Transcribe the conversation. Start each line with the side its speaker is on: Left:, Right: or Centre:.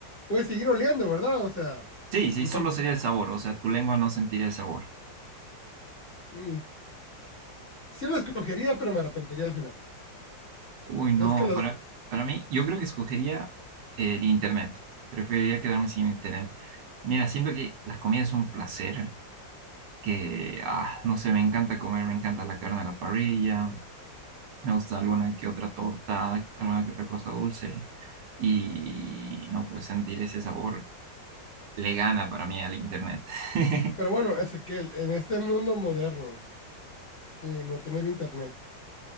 Left: puede seguir oliendo, ¿verdad? O sea,
Right: Sí, sí,
Left: no.
Right: solo sería el sabor, o sea, tu lengua no sentiría el sabor.
Left: mm, sí lo escogería, pero me arrepentiría al final.
Right: Uy, no,
Left: Es que lo.
Right: para, para mí, yo creo que escogería el internet. Preferiría quedarme sin internet. Mira, siento que las comidas son un placer, que, ah, no sé, me encanta comer, me encanta la carne a la parrilla, me gusta alguna que otra torta, alguna que otra cosa dulce, y no, pues sentir ese sabor le gana para mí al internet. <laughs>
Left: Pero bueno, Ezequiel, en este mundo moderno, eh, no tener internet,